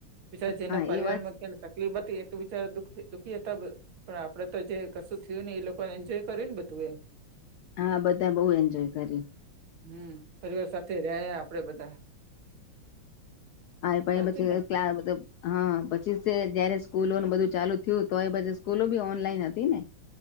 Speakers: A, on the right; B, on the left.
A: બજા, જેના
B: હા
A: પરિવારમાં
B: એ વાત
A: તકલીફ હતી તો બચારા દુખ દુખીે, તબ પણ આપડે તો જે કશું થયું ને એ લોકો એન્જોય કર્યું ને બધું એ
B: હા બધા બઉુ એન્જોય કરી
A: હમ પરિવાર સાથે રહ્યા આપડે બધા
B: આય પાાય
A: સાચું
B: બચે
A: ને
B: ક્ મબ હા પછી જયારે સ્કૂલો બધું ચાલુ થયું તો એ સ્કૂલો બી ઓનલાઈન હતી ને